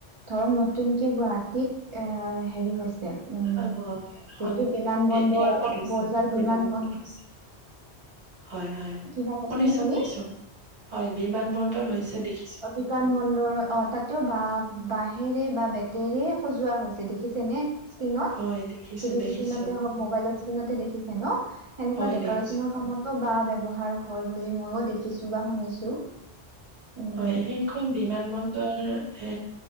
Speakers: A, on the right (about 40°); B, on the right (about 75°).
A: ধ নতুনকে গুৱাহাটী এ হেৰি হৈছে। উম,
B: অ, এখন
A: যিটো বিমান বন্দৰ
B: এ এয়াৰপৰ্ট হৈছে
A: বৰ্জাৰ
B: ন
A: বিমান বন্দৰ
B: হৈছে। হয়, হয়,
A: কিবা কৈছে
B: শুনিছো
A: আপুনি
B: শুনিছো হয় বিমান বন্দৰ হৈছে দেখি
A: অ' বিমান বন্দৰৰত অ' তাতে বা বাঁহেৰে বা বেতেৰে সজোৱা হৈছে দেখিছে নে স্কিনত
B: হয়, দেখিছো,
A: টিভি
B: দেখিছো।
A: স্কিণৰ হক মবাইলৰ স্ক্ৰীণতে দেখিছে ন সেনেুৱা
B: হয়,
A: ডেক'ৰেশ্বনৰ
B: দেখিছো।
A: কামতো বাহ ব্যৱহাৰ হয় বুলি ময়ো দেখিছো বা শুনিছো উম
B: হয়, সেইখন বিমান বন্দৰ এ